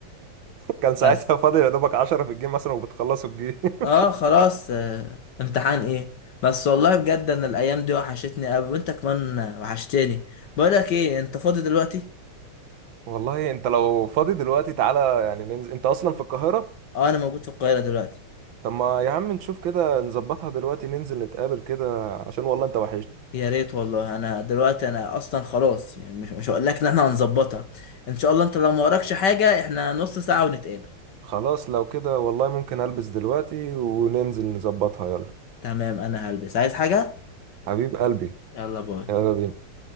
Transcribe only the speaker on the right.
كان ساعتها
فاضل يا دوبك 10 في الجيم مثلا وبتخلصوا الجيم <laughs>
والله انت لو فاضي دلوقتي تعالى يعني ننزل انت اصلا في القاهره
طب ما يا عم نشوف كده نظبطها دلوقتي ننزل نتقابل كده عشان والله انت وحشني
خلاص لو كده والله ممكن البس دلوقتي وننزل نظبطها يلا
حبيب قلبي
يلا بينا